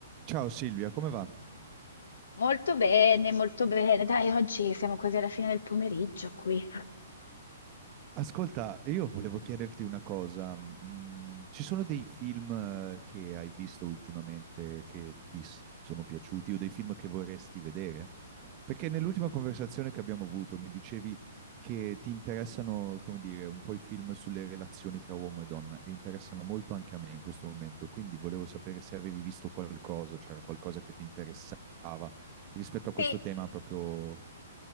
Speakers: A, on the right; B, on the left.
A: Ciao Silvia, come va?
B: Molto bene, molto bene. Dai, oggi siamo quasi alla fine del pomeriggio qui.
A: Ascolta, io volevo chiederti una cosa. Mm, Ci sono dei film eh, che hai visto ultimamente che ti s- sono piaciuti o dei film che vorresti vedere? Perché nell'ultima conversazione che abbiamo avuto mi dicevi che ti interessano, come dire, un po' i film sulle relazioni tra uomo e donna e interessano molto anche a me in questo momento, quindi volevo sapere se avevi visto qualcosa, c'era qualcosa che ti interessava rispetto a questo
B: Sì,
A: tema proprio...